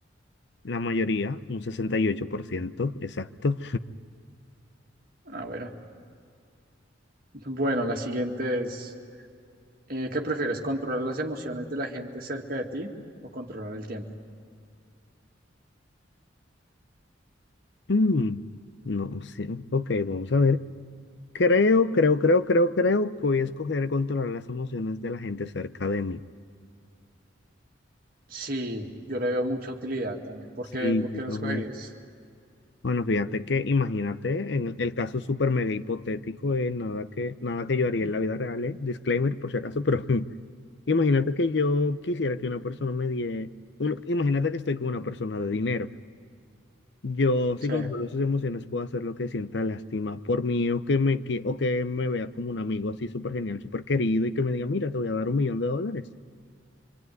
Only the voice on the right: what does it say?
Ah, bueno, Bueno, la siguiente es, eh, ¿qué prefieres? ¿Controlar las emociones de la gente cerca de ti o controlar el tiempo?
Sí, yo le veo mucha utilidad también. ¿Por
qué, por
qué
lo escogerías?
Sí,